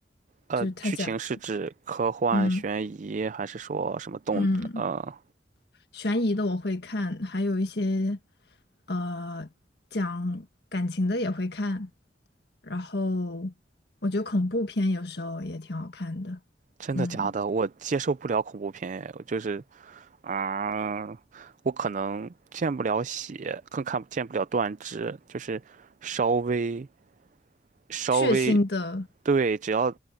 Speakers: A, on the right; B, on the left.
A: 呃，
B: 就是他讲，
A: 剧情是指科幻、
B: 嗯
A: 悬疑，还是说什么动？
B: 嗯。
A: 呃，
B: 悬疑的我会看，还有一些呃讲感情的也会看，然后我觉得恐怖片有时候也挺好看的，
A: 真的假的？
B: 嗯，
A: 我接受不了恐怖片，我就是啊，我可能见不了血，更看不见不了断肢，就是稍微稍微
B: 血腥的，
A: 对，只要